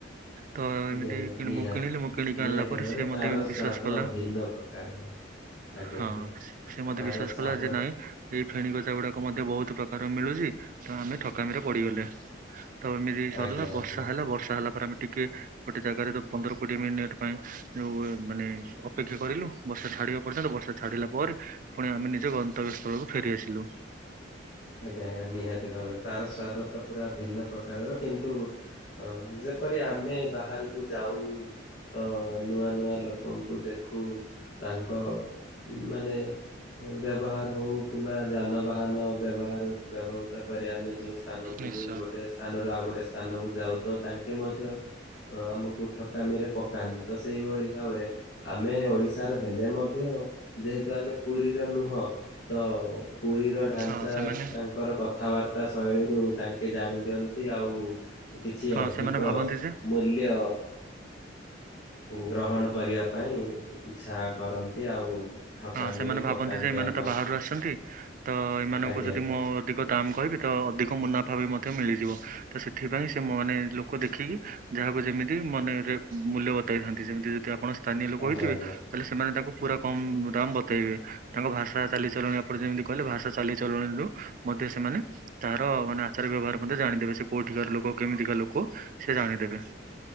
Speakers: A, on the right; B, on the left.
A: ତ
B: ଆଜ୍ଞା
A: ଏମିତି
B: ଆଜ୍ଞା ନିହାତି
A: ମୁଁ କିଣିଲି ମୁଁ କିଣିକି
B: ନିହାତି
A: ଆଣିଲା ପରେ
B: ଭାବରେ
A: ସିଏ
B: ତାର
A: ମଧ୍ୟ
B: ସ୍ଵାଦ
A: ବିଶ୍ଵାସ କଲା।
B: ଭିନ୍ନ ପ୍ରକାରର ଆଜ୍ଞା
A: ହଁ
B: ଆଜ୍ଞା
A: ସେ ମୋତେ
B: ତାର
A: ବିଶ୍ଵାସ
B: ସ୍ଵାଦ
A: କଲା ଯେ ନାଇଁ
B: ଟା
A: ଏଇ ଫେଣୀ ଗଜା ଗୁଡାକ ମଧ୍ୟ ବହୁତ ପ୍ରକାର ମିଳୁଚି ତେଣୁ ଆମେ ଠକାମି ରେ ପଡିଗଲେ। ତ ଏମିତି ସରିଲା
B: ଆଜ୍ଞା
A: ବର୍ଷା
B: ଆଜ୍ଞା
A: ହେଲା ବର୍ଷା ହେଲା ପରେ ଆମେ ଟିକେ ଗୋଟେ ଜାଗାରେ ତ ପନ୍ଦର କୋଡିଏ ମିନିଟ୍ ପାଇଁ ଯୋଉ ମାନେ ଅପେକ୍ଷା କରିଲୁ ବର୍ଷା ଛାଡ଼ିବା ପର୍ଯ୍ୟନ୍ତ ବର୍ଷା ଛାଡ଼ିଲା ପରେ ଫୁଣି ଆମେ ନିଜ ଗନ୍ତବ୍ୟ ସ୍ଥଳକୁ ଫେରିଆସିଲୁ।
B: ଆଜ୍ଞା ଆଜ୍ଞା ନିହାତି ଭାବରେ ତାର ସ୍ଵାଦ ତ ପୁରା ଭିନ୍ନ ପ୍ରକାରର କିନ୍ତୁ ହଁ ଯେପରି ଆମେ ବାହାରକୁ ଯାଉ ତ ନୂଆ ନୂଆ ଲୋକଙ୍କୁ ଦେଖୁ ତାଙ୍କ ମାନେ ବ୍ୟବହାର ହୋଉ କିମ୍ବା ଯାନବାହାନ ବ୍ୟବହାର ବ୍ୟବହୃତ କରି ଆମେ ଯେଉଁ ସ୍ଥାନକୁ
A: ନିଶ୍ଚୟ।
B: ଗୋଟେ ସ୍ଥାନରୁ ଆଉ ଗୋଟେ ସ୍ଥାନକୁ ଯାଉ ତ ତାଙ୍କେ ମଧ୍ୟ ତ ଆମକୁ ଠକାମିରେ ପକାନ୍ତି ତ ସେଇଭଳି ଭାବରେ ଆମେ ଓଡିଶାର ହେଲେ ମଧ୍ୟ ଯେହେତୁ ଆମେ ପୁରୀର ନୁହଁ ତ ପୁରୀର
A: ହଁ
B: ଚା
A: ସେମାନେ
B: ତାଙ୍କର କଥାବାର୍ତ୍ତା ଶୈଳୀରୁ ତାଙ୍କେ ଜାଣି ଦିଅନ୍ତି ଆଉ କିଛି
A: ହଁ
B: ଅଧିକ
A: ସେମାନେ ଭାବନ୍ତି ଯେ
B: ମୂଲ୍ୟ ଅ ଗ୍ରହଣ କରିବା ପାଇଁ ଇଚ୍ଛା କରନ୍ତି ଆଉ। ଠକାମିରେ
A: ହଁ ସେମାନେ ଭାବନ୍ତି
B: ପକାନ୍ତି
A: ଯେ ଏମାନେ
B: ଆମ
A: ତ
B: ମାନଙ୍କୁ
A: ବାହାରୁ ଆସଛନ୍ତି ତ ଏମାନଙ୍କୁ
B: ଆଜ୍ଞା
A: ଯଦି
B: ଆଜ୍ଞା
A: ମୁଁ ଅଧିକ ଦାମ୍ କହିବି ତ ଅଧିକ ମୁନାଫା ବି ମଧ୍ୟ ମିଳିଯିବ ତ ସେଥିପାଇଁ ସେ ମାନେ ଲୋକ ଦେଖିକି। ଯାହାକୁ ଯେମିତି ମନେରେ ମୂଲ୍ୟ ବତାଇଥାନ୍ତି ଯେମିତି ଯଦି ଆପଣ। ସ୍ଥାନୀୟ ଲୋକ
B: ଆଜ୍ଞା
A: ହେଇଥିବେ
B: ଆଜ୍ଞା
A: ତାହେଲେ ସେମାନେ ତାଙ୍କୁ ପୁରା କମ। ଦାମ୍ ବତେଇବେ ତାଙ୍କ ଭାଷା ଚାଲିଚଳଣି ଆପଣ ଯେମିତି କହିଲେ ଭାଷା ଚାଲିଚଳଣିରୁୁ ମଧ୍ୟ ସେମାନେ। ତାର ମାନେ ଆଚାର ବ୍ୟବହାର ମଧ୍ୟେ ଜାଣିଦେବେ ସେ କୋଉଠିକାର ଲୋକ କେମିତିକା ଲୋକ ସେ ଜାଣିଦେବେ।